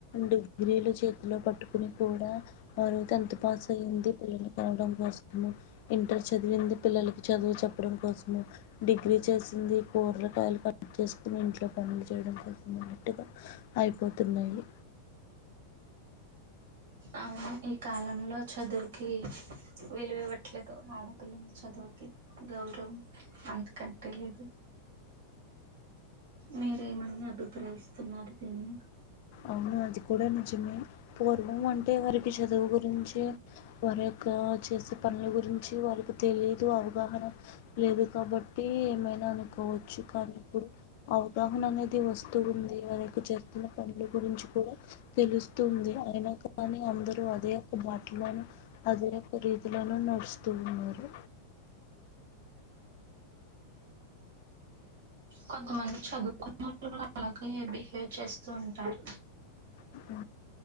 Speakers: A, on the left (about 50°); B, on the right (about 55°).
A: డిగ్రీలు చేతిలో పట్టుకుని కూడా వారు టెన్త్ పాస్ అయ్యింది పిల్లని కనడం కోసము ఇంటర్ చదివింది పిల్లలకి చదువు చెప్పడం కోసము డిగ్రీ చేసింది కూరలకాయలు కట్ చేసుకుని ఇంట్లో పలు డం కో మాటగా అయిపోతున్నాయి
B: అవును ఈ కాలంలో చదువుకి విలువ ఇవ్వట్లేదు ఆడపిల్లల చదువుకి గౌరవం అంతకట్టే లేదు మీరేమన్న అభిప్రాయస్ న్నారు దిని
A: అవును అది కూడా నిజమే పూర్వం అంటే వారికి చదువు గురించి వారి యొక్క చేసే పనుల గురించి వారికి తెలియదు అవగాహన లేదు కాబట్టి ఏమైనా అనుకోవచ్చు కానీ ఇప్పుడు అవగాహన అనేది వస్తుూ ఉంది వారి యొక్క చేస్తున్న పనుల గురించి కూడా తెలుస్తుంది అయినా కానీ అందరూ అదే ఒక బాటలను అదే ఒక రీతిలను నడుస్తూ ఉన్నారు
B: కొంతమంది చదువుకున్నట్లు అలాగే బిహేవ్ చేస్తూ ఉంటారు
A: ఉ